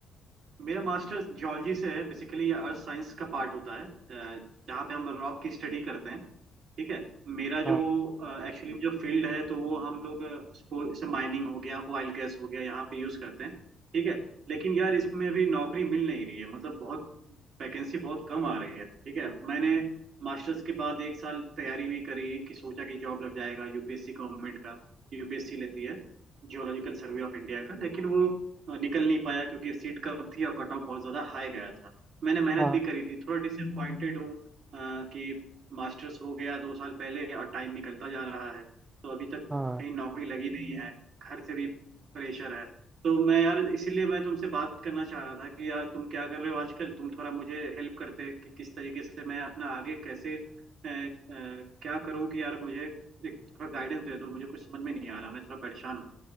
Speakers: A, on the right; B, on the right.
A: मेरा मास्टर्स जियोलॉजी से है बेसिकली ये अर्थ साइंस का पार्ट होता है अ, जहाँ पे हम रॉक की स्टडी करते हैं ठीक है मेरा
B: हाँ
A: जो एक्चुअली जो फील्ड है तो वो हम लोग अ, उसको जैसे माइनिंग हो गया ऑयल गैस हो गया यहाँ पे यूज करते हैं ठीक है लेकिन यार इसमें अभी नौकरी मिल नहीं रही है मतलब बहुत वैकेंसी बहुत कम आ रही है ठीक है मैंने मास्टर्स के बाद एक साल तैयारी भी करी कि सोचा कि जॉब लग जाएगा यूपीएससी गवर्नमेंट का यूपीएससी लेती है जियोलॉजिकल सर्वे ऑफ इंडिया का लेकिन वो अ, निकल नहीं पाया क्योंकि सीट कम थी और कट ऑफ बहुत ज्यादा हाई गया था मैंने मेहनत
B: हाँ
A: भी करी थी थोड़ा डिसअपॉइंटेड हूँ अ, कि मास्टर्स हो गया दो साल पहले और टाइम निकलता जा रहा है तो अभी तक
B: हाँ
A: कहीं नौकरी लगी नहीं है घर से भी प्रेशर है तो मैं यार इसीलिए मैं तुमसे बात करना चाह रहा था कि यार तुम क्या कर रहे हो आजकल तुम थोड़ा मुझे हेल्प करते कि किस तरीके से मैं अपना आगे कैसे अ, अ, क्या करूं कि यार मुझे एक थोड़ा गाइडेंस दे दो मुझे कुछ समझ में नहीं आ रहा मैं थोड़ा परेशान हूँ